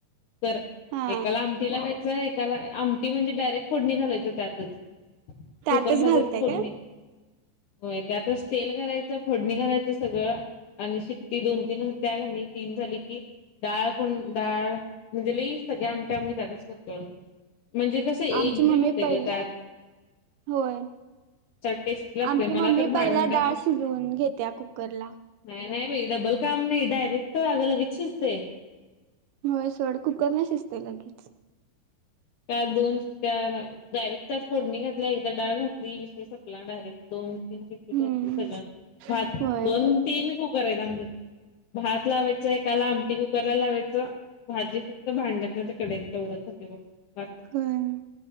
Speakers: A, on the left; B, on the right.
A: कर
B: हा
A: एकाला आम टी लावायचं. एका आमटी म्हणजे डायरेक्ट फोडणी घालायचं त्यातच.
B: त्यातच
A: कुकरमध्येच
B: घालताय
A: फोडणी.
B: काय?
A: होय त्यातच तेल घालायचं. फोडणी घालायचं सगळं. आणि शिट्टी दोन तीन होत्या का नाही. तीन झाली की, डाळ पण डाळ. म्हणजे लई सगळ्या आमठ्या आम्ही त्यातच करतो आणि. म्हणजे कस एक
B: आमची
A: जीव
B: मम्मी
A: होते
B: पहिला
A: ग त्यात.
B: होय.
A: चट टेस्टी लागतय
B: आमची
A: मला
B: मम्मी
A: तर भांड्यापेक्षा
B: पहिला डाळ शिजवून घेत्या कुकरला.
A: नाही नाही बाई. डबल काम नाही. डायरेक्ट आग लगेच शिजतय.
B: होय सोड कुकर ना शिजतय लगेच.
A: का दोन त्या <unintelligible> डायरेक्ट त्यात फोडणी घातल्या. एकदा डाळ घातली. विषय संपला. डायरेक्ट दोन श
B: हम्म
A: होते सगळं. भात
B: होय
A: दोन तीन कुकरेत आमच. भात लावायचं एकाला. आमटी कुकर ला लावायचं. भाजी फक्त भांड्यात नाही त कढइत, तेवढंच होते बघ. बाकी काय
B: होय
A: नाही.